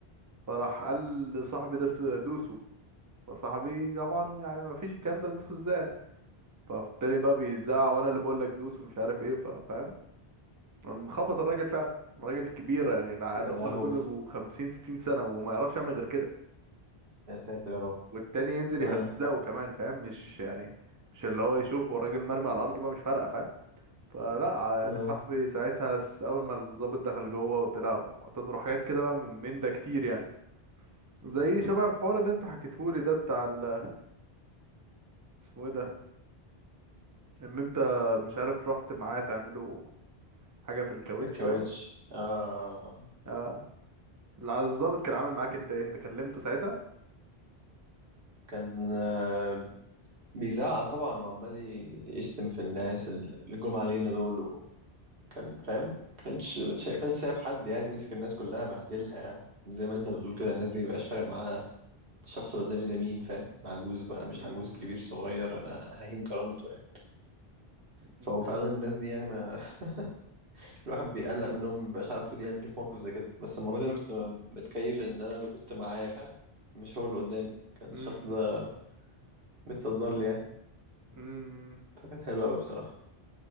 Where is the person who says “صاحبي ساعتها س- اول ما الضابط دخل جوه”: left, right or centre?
Right